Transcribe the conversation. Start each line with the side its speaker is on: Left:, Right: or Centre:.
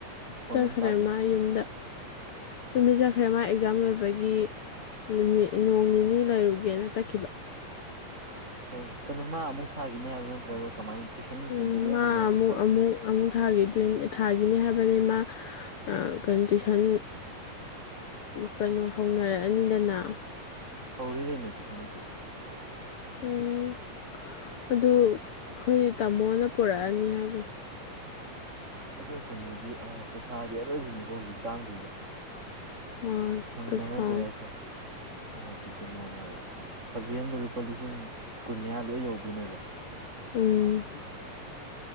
Right: ꯃꯈꯣꯟ
Left: ꯆꯠꯈ꯭ꯔꯦ
Right: ꯑꯃ ꯇꯥꯗꯦꯕ
Left: ꯃꯥ ꯌꯨꯝꯗ ꯌꯨꯝꯗ ꯆꯠꯈ꯭ꯔꯦ ꯃꯥ ꯑꯦꯛꯖꯥꯝ ꯂꯣꯏꯕꯒꯤ ꯅꯨꯃꯤꯠ ꯅꯣꯡ ꯅꯤꯅꯤ ꯂꯩꯔꯨꯒꯦꯅ ꯆꯠꯈꯤꯕ
Right: ꯍꯣ ꯀꯩꯅꯣ ꯃꯥ ꯑꯃꯨꯛ ꯊꯥꯈꯤꯅꯤ ꯍꯥꯏꯕ꯭ꯔꯣ ꯅꯠꯇ꯭ꯔꯒ ꯀꯃꯥꯏꯅ ꯇꯨꯏꯁꯟ ꯅꯨꯡꯁꯟꯗꯤ
Left: ꯎꯝ
Right: ꯂꯣꯏ
Left: ꯃꯥ
Right: ꯍꯧꯅꯔ
Left: ꯑꯃꯨꯛ
Right: ꯇꯧꯅꯤ
Left: ꯑꯃꯨꯛ ꯑꯃꯨꯛ ꯊꯥꯈꯤꯗꯣꯏ ꯊꯥꯒꯤꯅꯤ ꯍꯥꯏꯕꯅꯤ ꯃꯥ ꯑ ꯀꯟꯗꯤꯁꯟ ꯀꯩꯅꯣ ꯍꯧꯅꯔꯛꯑꯅꯤꯗꯅ
Right: ꯍꯧꯔꯤꯈꯩ ꯅ꯭ꯌꯨꯇ꯭ꯔꯤꯁꯟꯒꯤ ꯗ
Left: ꯎꯝ ꯑꯗꯨ ꯑꯩꯈꯣꯏ ꯇꯥꯃꯣꯅ ꯄꯨꯔꯛꯑꯅꯤ ꯍꯥꯏꯕꯅꯤ
Right: ꯑꯗꯣ ꯀꯩꯅꯣꯗꯤ ꯄꯩꯁꯥꯗꯤ ꯑꯔꯣꯏꯕꯤꯅꯤꯀꯣ ꯍꯧꯖꯤꯛ ꯇꯥꯡꯗꯣꯏꯁꯦ
Left: ꯃꯥꯅꯤ ꯄꯩꯁꯥꯗꯤ
Right: ꯅꯃꯗꯗꯤꯀꯅ ꯃꯅꯦ ꯍꯥꯏꯕ ꯁꯞꯖꯤ ꯑꯗ ꯂꯨꯄꯥ ꯂꯤꯁꯤꯡ ꯀꯨꯟ ꯃꯌꯥ ꯂꯣꯏ ꯌꯧꯗꯣꯏꯅꯦꯕ
Left: ꯎꯝ